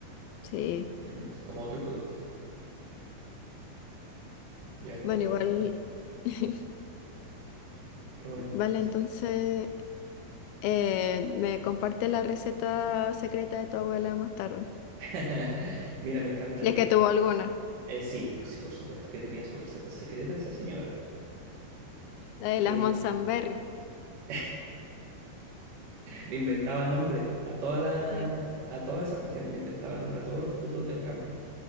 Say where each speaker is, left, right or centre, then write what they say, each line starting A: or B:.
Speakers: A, on the left; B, on the right.
A: Sí.
B: Ujú, Como otro producto. Ya está
A: Bueno,
B: bueno,
A: igual,
B: bebé.
A: <laughs>
B: Qué bueno.
A: vale,
B: Sí.
A: entonces eh, me comparte la receta secreta de tu abuela más tarde.
B: <laughs> Mira, me encantaría.
A: Si es que tuvo alguna.
B: Eh, sí, pues sí, por supuesto que tenía su receta secreta esa señora.
A: La de
B: Eh,
A: las Monsanberry.
B: <laughs> Le inventaba nombre a todas la-
A: Sí.
B: a todas esas cuestiones, le inventaba nombre a todos los frutos del campo.